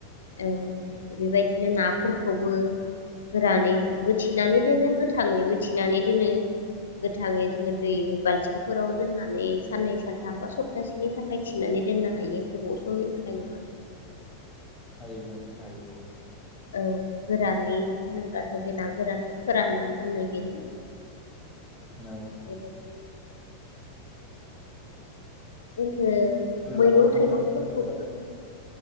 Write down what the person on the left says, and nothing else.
औ बेबायदिनो नाफोरखौबो गोरानैबो थिनानैदोनो गोथाङैबो थिनानैदोनो गोथाङैजोङो दै बाल्थिंफोराव दोननानै साननै सानथाम बा सप्तासेनिथाखाय थिनानै दोननोहायो गोबाव समनिथाखायनङा।
औ गोरानै होनोब्लाथ बे नागोरान फोराननानैदोननाय बेनो।
बेबायदि। जोङो
मैगं
थाइगंफोरखौबो